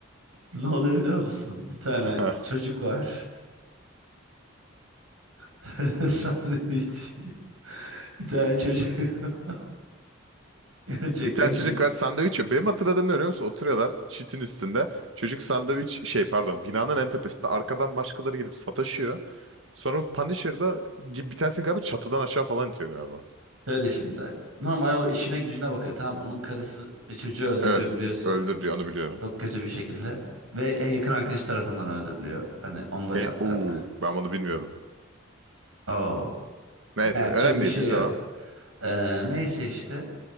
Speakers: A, on the right; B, on the right.
A: Ne oluyor biliyor musun? Bir tane
B: <laughs>
A: çocuk var. <laughs> Sandviç. Bir tane çocuk. <laughs> Gerçekten
B: Bir tane çocuk
A: ki.
B: var sandviç yiyor. Benim hatırladığım ne biliyor musun? Oturuyorlar çitin üstünde. Çocuk sandviç şey pardon binanın en tepesinde. Arkadan başkaları gelip sataşıyor. Sonra Punisher'da gibi bir tanesini galiba çatıdan aşağı falan itiyor galiba.
A: Şöyle şimdi. Normal o işine gücüne bakıyor. Tamam onun karısı ve çocuğu öldürülüyor
B: Evet
A: biliyorsun.
B: öldür diyor onu biliyorum.
A: Çok kötü bir şekilde. Ve en yakın arkadaşı tarafından öldürülüyor. Hani onda ka-
B: E, uu,
A: katkı.
B: ben bunu bilmiyordum.
A: Oh.
B: Neyse
A: Ne yapacak
B: önemli
A: bir
B: değil
A: şey
B: izlemem.
A: yok. Ee, neyse işte.